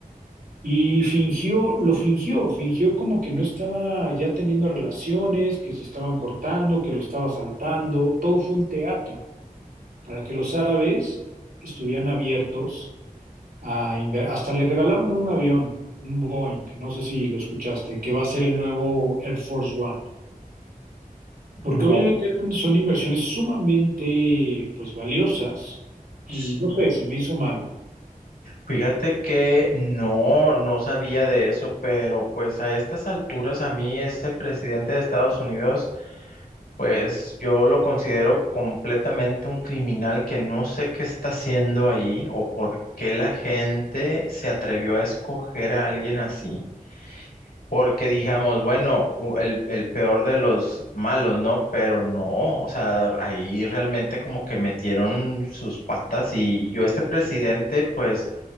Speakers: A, on the right; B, on the left.
A: Y fingió, lo fingió, fingió como que no estaba ya teniendo relaciones, que se estaban cortando, que lo estaba saltando, todo fue un teatro, para que los árabes estuvieran abiertos a inve- hasta le regalaron un avión, un Boeing, no sé si lo escuchaste, que va a ser el nuevo Air Force One, porque
B: no,
A: obviamente son inversiones sumamente pues valiosas y
B: sí.
A: no sé, se me hizo malo.
B: Fíjate que no, no sabía de eso, pero pues a estas alturas a mí ese presidente de Estados Unidos, pues yo lo considero completamente un criminal que no sé qué está haciendo ahí o por qué la gente se atrevió a escoger a alguien así. Porque digamos, bueno, u- el, el peor de los malos, ¿no? Pero no, o sea, ahí realmente como que metieron sus patas y yo este presidente, pues...